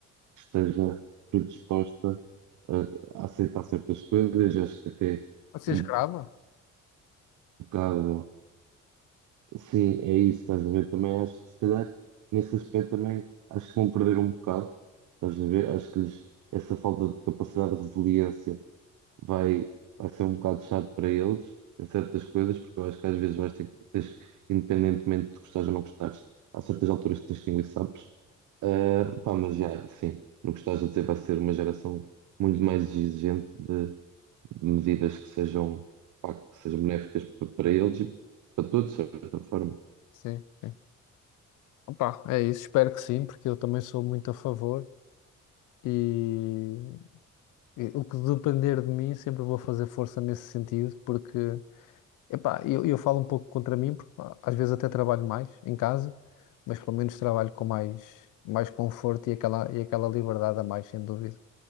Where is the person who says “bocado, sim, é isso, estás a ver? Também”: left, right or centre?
Right